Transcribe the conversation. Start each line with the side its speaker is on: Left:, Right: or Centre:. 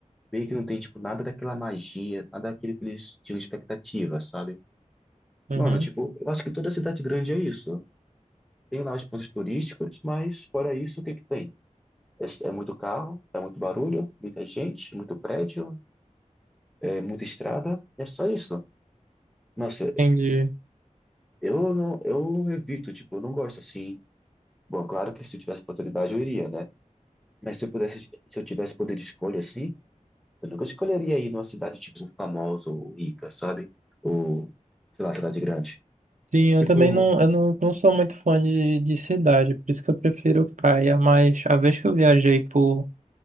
Centre: meio que não tem tipo nada daquela magia, nada daquilo que eles tinham expectativa, sabe?
Right: Uhum.
Centre: Mano, tipo, eu acho que toda cidade grande é isso. Tem lá os pontos turísticos, mas fora isso, o que que tem? É, é muito carro, é muito barulho, muita gente, muito prédio, é muita estrada, é só isso. Nossa,
Right: Entendi.
Centre: eu não, eu evito, tipo, eu não gosto assim. Bom, claro que se eu tivesse oportunidade eu iria, né? Mas se eu pudesse, se eu tivesse poder de escolha assim, eu nunca escolheria ir numa cidade tipo famosa ou rica, sabe? Ou, sei lá, cidade grande.
Right: Sim,
Centre: Tipo,
Right: eu também não, eu não, não sou muito fã de, de cidade, por isso que eu prefiro praia, mas a vez que eu viajei pro,